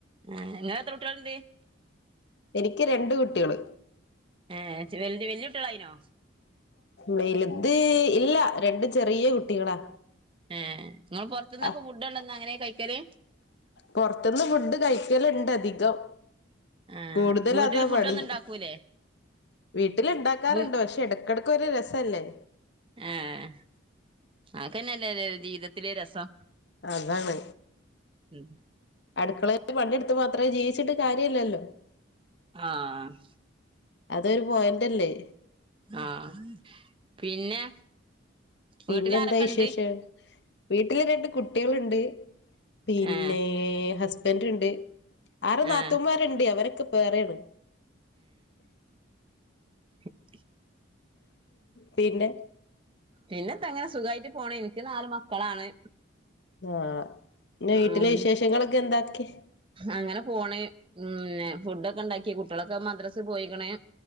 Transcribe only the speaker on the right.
ആഹ് ഇങ്ങളത്ര കുട്ട്യാള്ണ്ട്
ഏ വലു വല്ല്യകുട്ട്യാള്ളായിനോ
ഏഹ് ഇങ്ങൾ പുറത്തുന്നൊക്കെ
ഫുഡ് കൊണ്ടന്ന് അങ്ങനെയ കഴിക്കല്
ഏ
വീട്ടിൽ ഫുഡൊന്നും
ഉണ്ടാക്കൂലേ
വ്
ആഹ് ആക്കന്നല്ലേ ഒരു ജീവിതത്തില് രസം
ഉം.
ആഹ്
ആഹ് പിന്നെ
വീട്ടിൽ ആരൊക്കെ
ഉണ്ട്
ഏ
ഏ
!!!!!!!!
പിന്നെന്താങ്ങനെ സുഖായിട്ട് പോണ് ഇനിക്ക് നാല് മക്കളാണ്
ഉം
അങ്ങനെ പോണ് ഉം ഫുഡൊക്കെ ഇണ്ടാക്കി കുട്ടികളൊക്കെ മദ്രസ പോയിക്ക്‌ണ്